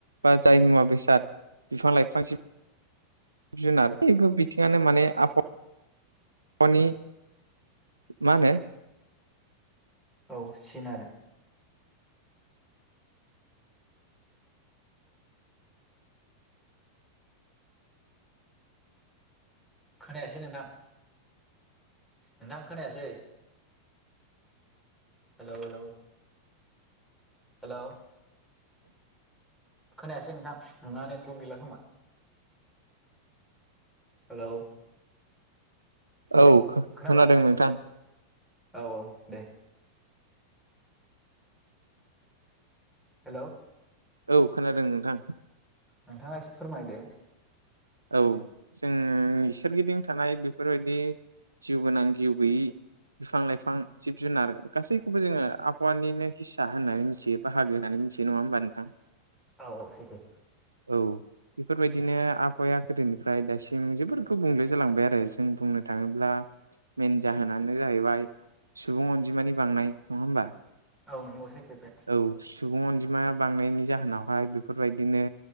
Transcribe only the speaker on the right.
बा जाय मुवा बेसाद बिफां लाइफांसिम जुनार बयबो बिथिङानो मानि आबहावानि मा नो
औ खोनादों
नोंथां।
औ खोनादों नोंथां।
औ जों
सोरगिदिं थानाय बेफोरबायदि जिउ गोनां जिउ गैयि बिफां-लाइफां जिब जुनार गासैखौबो जोङो आबहावानिनो हिस्सा होननानै मिथियो। बाहागो होननानै मिथियो नङा होमबा नोंथां?
औ बेफोरबायदिनो आ हावाया गोदोनिफ्राय दासिम जोबोर गुबुंले जालांबाय आरो जों बुंनो थाङोब्ला मेेन जाहोनानो जाहैबाय सुबुं अनजिमानि बांनाय नङा होमबा?
औ सुबुं अनजिमाया बांनायनि जाहोनावहाय बेफोरबायदिनो